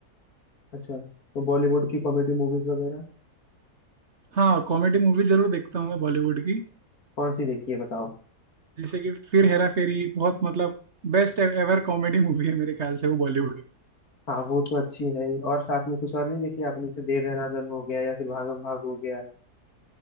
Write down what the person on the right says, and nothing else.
हाँ कॉमेडी मूवी जरूर देखता हूँ मैं बॉलीवुड की
जैसे कि फिर हेरा फेरी बहुत मतलब बेस्ट एवर कॉमेडी मूवी है मेरे ख्याल से वो बॉलीवुड में